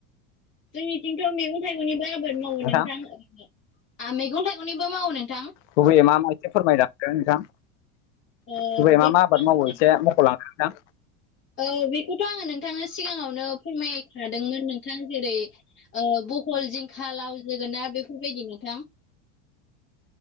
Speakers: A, on the left; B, on the left.
A: जोंनिथिंथ' मैगं थाइगंनिबो आबाद मावो
B: नोंथां
A: नोंथां मैगं थाइगंनिबो मावो नोंथां
B: गुबैयै मा मा एसे फोरमायलांदो नोंथां
A: ओ
B: गुबैयै मा
A: बेखौ
B: मा आबाद
A: आङो
B: मावो एसे मखलांदो नोंथां
A: औ बेखौथ' आङो नोंथांनो सिगाङावनो फोरमायखादोंमोन नोंथां जेरै बहल जिंखा लाव जोगोनार बेफोरबायदि नोंथां